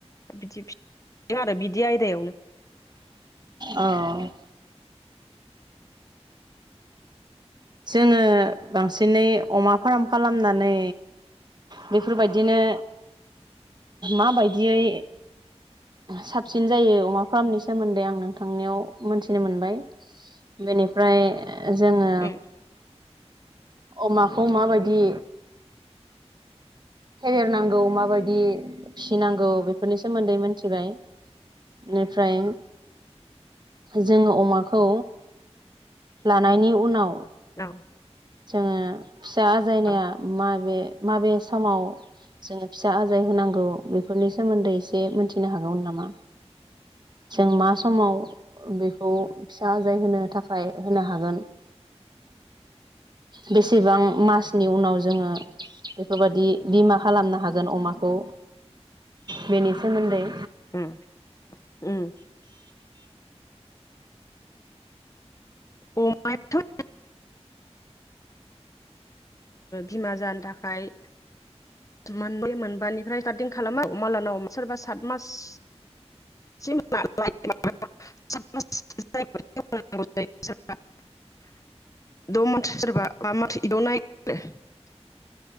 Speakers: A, on the left; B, on the right.
A: बिदि फि जों आरो बिदि आयदायावनो
B: औ जोङो बांसिनै अमा फार्म खालामनानै बेफोरबायदिनो माबायदियै साबसिन जायो अमा फार्मनि सोमोन्दै आं नोंथांनियाव मोनथिनो मोनबाय बेनिफ्राय जोङो
A: उम
B: अमाखौ माबायदि फेदेरनांगौ माबायदि फिनांगौ बेफोरनि सोमोन्दै मोन थिबाय बेनिफ्राय जोङो अमाखौ लानायनि उनाव
A: औ
B: जोङो फिसा आजायनाया
A: औ
B: माबे माबे समाव जोङो फिसा आजाय होनांगौ बेफोरनि सोमोन्दै एसे मोनथि फिनो हागौमोन नामा जों मा समाव बेखौ फिसा आजाय होनो थाखाय होनो हागोन बेसेबां मासनि उनाव जोङो बेफोरबादि बिमा खालामनो हागोन अमाखौ बेनि सोमोन्दै
A: ओ उम अ मा थ' बिमा जानो थाखाय मोनबै मोनबानिफ्राय <unintelligible> खालामो मालानाव सोरबा सात मास <unintelligible>